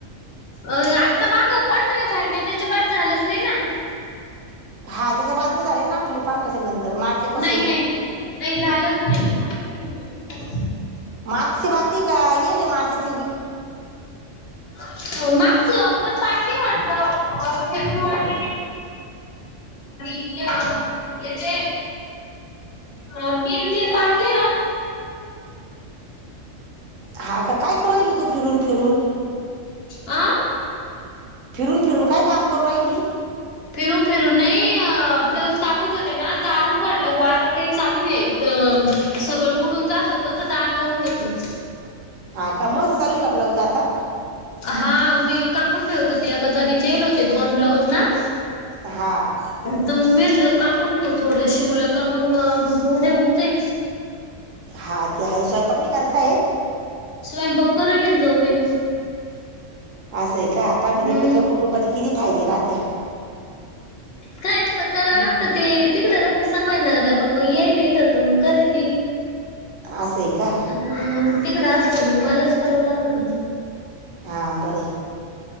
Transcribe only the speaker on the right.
हा त्याज्या बाद नाही झाले ना आपले पंधराच्या नंतर
मार्चपासून.
मार्चचे बाकीय का येईल मार्चचे बी
<unintelligible> <unintelligible> राहिली तू फिरून फिरून?
फिरून फिरून काय काम करून राहिली?
हा का? माझं चालूय का? ब्लाऊज आ ता
हा
हा ती हाय सो पम्मी घरात हाये
असंय का आता
बरी एकत्र कुटुंबाचे किती? नाही घे राहतिया.
हम्म
असं आहे का
हा बर हाय